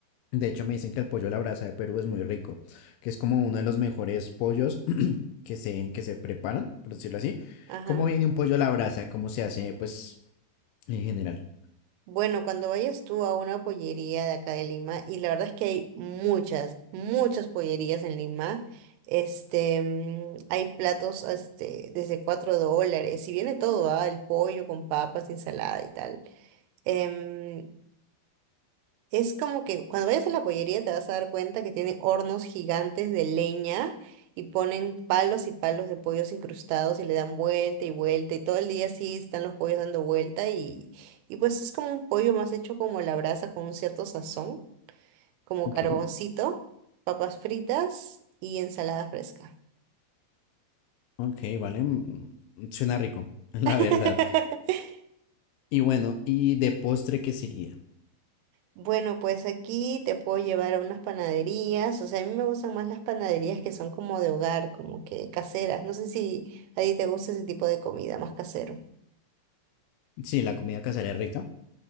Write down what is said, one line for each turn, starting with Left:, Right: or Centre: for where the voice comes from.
Left: De hecho, me dicen que el pollo a la brasa de Perú es muy rico, que es como uno de los mejores pollos <clears throat> que se, que se preparan, por decirlo así.
Right: ajá
Left: ¿Cómo viene un pollo a la brasa? ¿Cómo se hace, pues, en general?
Right: Bueno, cuando vayas tú a una pollería de acá de Lima, y la verdad es que hay muchas, muchas pollerías en Lima, este, mm, hay platos este, desde 4 dólares, y viene todo, ¿ah? El pollo con papas, ensalada y tal. Em, es como que cuando vayas a la pollería te vas a dar cuenta que tienen hornos gigantes de leña y ponen palos y palos de pollos incrustados y le dan vuelta y vuelta y todo el día así están los pollos dando vuelta y, y pues es como un pollo más hecho como a la brasa con un cierto sazón, como
Left: Ok,
Right: carboncito, papas fritas y ensalada fresca.
Left: ok, vale. mm, mm, Suena rico, <laughs> la
Right: <laughs>
Left: verdad. Y bueno, ¿y de postre qué sería?
Right: Bueno, pues aquí te puedo llevar a unas panaderías, o sea, a mí me gustan más las panaderías que son como de hogar, como que caseras. No sé si a ti te gusta ese tipo de comida más casero.
Left: Sí, la comida casera es rica,